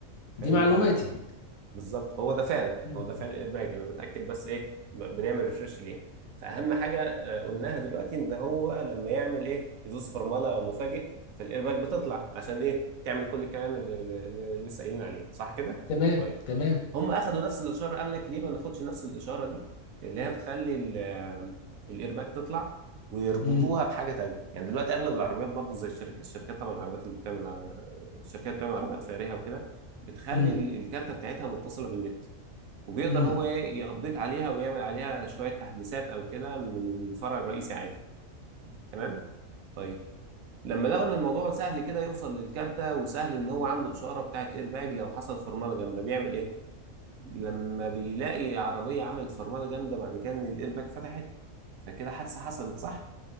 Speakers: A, on the right (about 85°); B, on the left (about 80°).
A: حلو
B: دي معلوماتي
A: قوي بالظبط هو ده فعلا
B: مم.
A: هو ده فعلا ادماج انا بتاكد بس ايه ب- بنعمل ريفرش ليها فاهم حاجه آه، قلناها دلوقتي ان هو لما يعمل ايه يدوس فرمله مفاجئ فالايرباك بتطلع عشان ايه تعمل كل الكلام اللي, اللي اللي لسه قايلين عليه صح كده
B: تمام
A: طيب
B: تمام
A: هم اخدوا نفس الاشاره قال لك ليه ما ناخدش نفس الاشاره دي اللي هي بتخلي ال- آه، الايرباك تطلع ويربطوها
B: امم
A: بحاجه تانية يعني دلوقتي اغلب العربيات برضو زي الشركه الشركات طبعا العربيات اللي بتعمل آه، الشركات بتعمل عربيات فارهه وكده بتخلي
B: امم
A: ال- الكارتة بتاعتها متصلة بالنت وبيقدر
B: امم
A: هو يابديت عليها ويعمل عليها شوية تحديثات أو كده من الفرع الرئيسي عادي تمام طيب لما لقوا إن الموضوع سهل كده يوصل للكارتة وسهل إن هو عنده إشارة بتاعت إيرباج لو حصل فرملة جامدة بيعمل إيه؟ لما بيلاقي عربية عملت فرملة جامدة معنى كده إن الإيرباج فتحت فكده حادثة حصلت صح؟